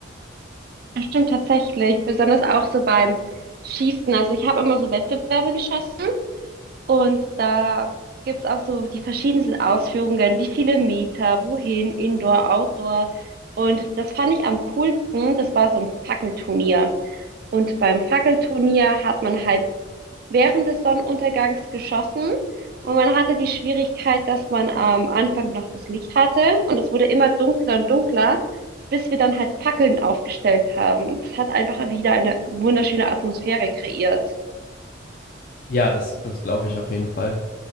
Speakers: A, on the right; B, on the left.
A: Das stimmt tatsächlich, besonders auch so beim Schießen. Also ich habe immer so Wettbewerbe geschossen und da gibt's auch so die verschiedensten Ausführungen, wie viele Meter, wohin, Indoor, Outdoor. Und das fand ich am coolsten, das war so ein Fackelturnier. Und beim Fackelturnier hat man halt während des Sonnenuntergangs geschossen und man hatte die Schwierigkeit, dass man am Anfang noch das Licht hatte und es wurde immer dunkler und dunkler, bis wir dann halt Fackeln aufgestellt haben. Und es hat einfach wieder eine wunderschöne Atmosphäre kreiert.
B: Ja, das, das glaube ich auf jeden Fall.